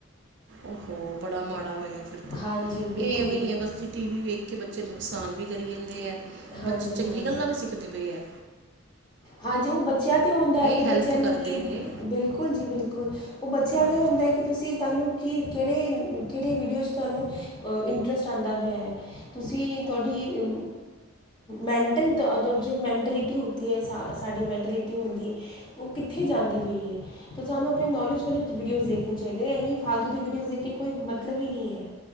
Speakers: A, on the right (about 55°); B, on the left (about 20°).
A: ਓ ਹੋ, ਬੜਾ ਮਾੜਾ ਹੋਇਆ ਫਿਰ ਤਾਂ,
B: ਹਾਂਜੀ ਬਿਲਕੁਲ
A: ਏ ਐਵੇਂ ਈ ਐ ਬਸ ਜੀ ਟੀ ਵੀ ਵੇਖ ਕਿ ਬੱਚੇ ਨੁਕਸਾਨ ਵੀ ਕਰੀ ਜਾਂਦੇ ਏ,
B: ਹਾਂਜੀ
A: ਬੱਚੇ ਚੰਗੀ
B: ਹਾਂਜੀ
A: ਗੱਲਾਂ ਵੀ ਸਿੱਖਦੇ ਪਏ ਐ।
B: ਹਾਂਜੀ ਓ ਬੱਚਿਆਂ ਤੇ ਹੁੰਦਾ ਐ ਕਿ ਬੱਚਿਆਂ
A: ਹੈਲਪ
B: ਨੂੰ
A: ਕਰਦੇ
B: ਕੀ
A: ਨੇ
B: ਬਿਲਕੁਲ ਜੀ ਬਿਲਕੁਲ। ਓ ਬੱਚਿਆਂ
A: ਹਾਂਜੀ
B: ਤੇ ਹੁੰਦਾ ਐ ਕਿ ਤੁਸੀਂ ਤੁਹਾਨੂੰ ਕੀ ਕਿਹੜੇ, ਕਿਹੜੇ ਵੀਡੀਓ 'ਚ ਤੁਹਾਨੂੰ ਅ ਇੰਨਟਰਸਟ ਆਂਦਾ ਪਿਆ ਐ। ਤੁਸੀਂ ਤੁਹਾਡੀ ਅ ਮੈਂਟਲ ਜੋ ਮੈਂਟਿਲਿਟੀ ਹੋਤੀ ਹੈ। ਸਾ, ਸਾਡੀ ਮੈਂਟਿਲਿਟੀ ਹੁੰਦੀ ਏ, ਓ ਕਿੱਥੇ ਜਾਂਦੀ ਪਈ ਐ। ਤੇ ਸਾਨੂੰ ਅਪਨੀ ਨੌਲੇਜ ਵਾਲੀ ਵੀਡੀਓਜ਼ ਦੇਖਨੀ ਚਾਈਦੀ, ਐਵੇਂ ਫਾਲਤੂ ਦੀ ਵੀਡੀਓਜ਼ ਦੇਖ ਕੇ ਕੋਈ ਮਤਲਬ ਹੀ ਨੀ ਐ।